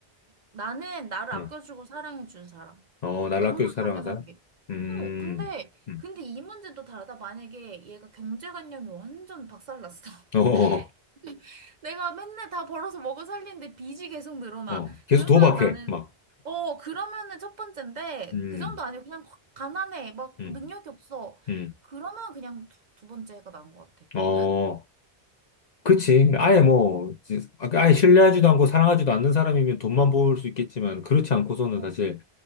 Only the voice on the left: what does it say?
응.
어, 나를
아껴주고 사랑하는
사람? 음.
음.
어. 어.
어. 어. 계속
도박해.
막.
음.
음.
음.
어.
그치. 아예 뭐 지- 아예 신뢰하지도 않고 사랑하지도 않는 사람이면 돈만 벌 수 있겠지만 그렇지 않고서는
사실